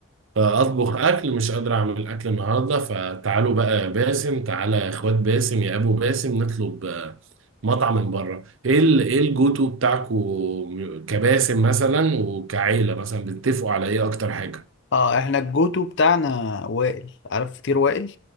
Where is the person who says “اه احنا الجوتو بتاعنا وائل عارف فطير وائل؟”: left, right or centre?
Left